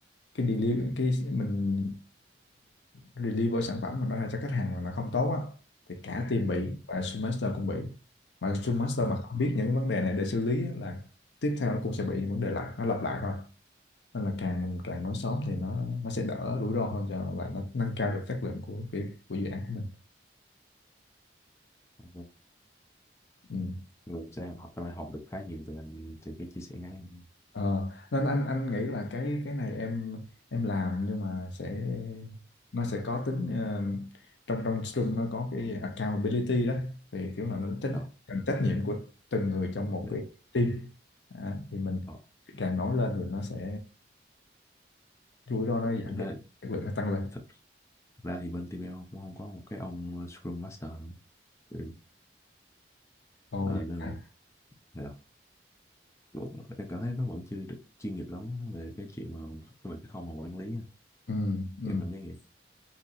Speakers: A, on the left; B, on the left.
A: cái deliver cái mình ờ, deliver sản phẩm mình nó ra cho khách hàng mà nó không tốt á thì cả team bị
B: dạ,
A: và Scrum master cũng bị mà Scrum master
B: dạ.
A: mà không biết những cái vấn đề này để xử lý á, là tiếp theo nó cũng sẽ bị những vấn đề lại nó lặp lại thôi nên là càng mình càng nói sớm thì nó nó sẽ đỡ rủi ro hơn cho và nó nâng cao được chất lượng của của, của dự án của mình
B: dạ.
A: ừ.
B: người sẽ học em học được khá nhiều từ anh từ cái chia sẻ ngắn
A: Ờ, nên anh anh nghĩ là cái cái này em em làm nhưng mà sẽ nó sẽ có tính ờ, trong trong Scrum nó có cái accountability đó thì kiểu là nó tính
B: dạ
A: tính trách nhiệm của từng người trong một
B: dạ.
A: cái team Đó, thì mình
B: Ờ,
A: càng nói lên thì nó sẽ rủi ro nó giảm
B: thực ra
A: đi chất lượng nó tăng lên
B: thực Thực ra thì bên team em cũng không có một cái ông ờ, Scrum Master đâu. Ừ.
A: ồ
B: Ờ,
A: vậy
B: nên
A: hả?
B: là, là cũng- em cảm thấy nó vẫn chưa được chuyên nghiệp lắm về cái chuyện mà về cái không mà quản lý á.
A: ừ, ừ.
B: em cảm giác vậy